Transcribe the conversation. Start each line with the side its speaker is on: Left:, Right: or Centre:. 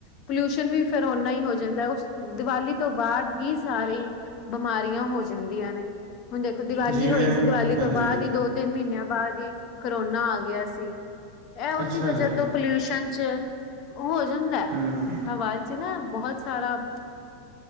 Left: ਪੋਲਿਊਸ਼ਨ ਵੀ ਫਿਰ ਉਨਾ ਹੀ ਹੋ ਜਾਂਦਾ ਉਸ ਦਿਵਾਲੀ ਤੋਂ ਬਾਅਦ ਵੀ ਸਾਰੀ ਬਮਾਰੀਆਂ ਹੋ ਜਾਂਦੀਆਂ ਨੇ ਹੁਣ ਦੇਖੋ ਦੀਵਾਲੀ
Right: ਜਿਵੇਂ
Left: ਹੋਈ ਸੀ ਦੀਵਾਲੀ
Right: ਹਾਂਜੀ
Left: ਤੋਂ ਬਾਅਦ ਹੀ ਦੋ ਤਿੰਨ ਮਹੀਨਿਆਂ ਬਾਅਦ ਹੀ ਕਰੋਨਾ ਆ ਗਿਆ ਸੀ ਇਹ ਉਸੀ
Right: ਅੱਛਾ
Left: ਵਜਹਾ
Right: ਜੀ
Left: ਤੋਂ ਪਲਿਊਸ਼ਨ ਚ- ਹੋ ਜਾਂਦਾ
Right: ਹੂੰ
Left: ਆਵਾਜ਼ ਚ ਨਾ ਬਹੁਤ ਸਾਰਾ-